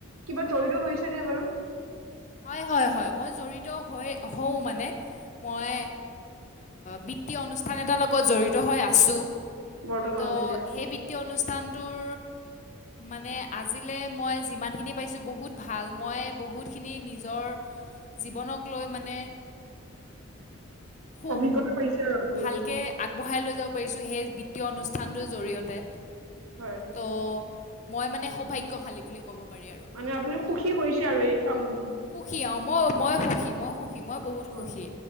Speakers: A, on the right; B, on the left.
A: কিবা
B: হয়
A: জড়িত হৈছে নে বাৰু?
B: হয় হয় হয় মই জড়িত। হয় হওঁ মানে মই বৃত্তি অনুষ্ঠান এটাৰ লগত জড়িত হৈ আছোঁ।
A: বৰ্তমানলৈকে
B: ত' সেই বিত্তীয় অনুষ্ঠানটোৰ মানে। আজিলৈ মই যিমানখিনি পাইছোঁ বহুত ভাল মই বহুত। খিনি নিজৰ জীৱনক লৈ মানে সু
A: অভিজ্ঞতা পাইছে আৰু আপুনি
B: ভালকে আগবঢ়াই লৈ যাব পাৰিছো। সেই বিত্তীয় অনুষ্ঠানটোৰ জৰিয়তে।
A: হয়।
B: তো মই মানে সৌভাগ্যশালী বুলি ক'ব পাৰি আৰু
A: মানে আপুনি সুখী হৈছে আৰু এই কামটোত
B: সুখী অ মই মই সুখী মই। সুখী মই বহুত
A: হয়
B: সুখী।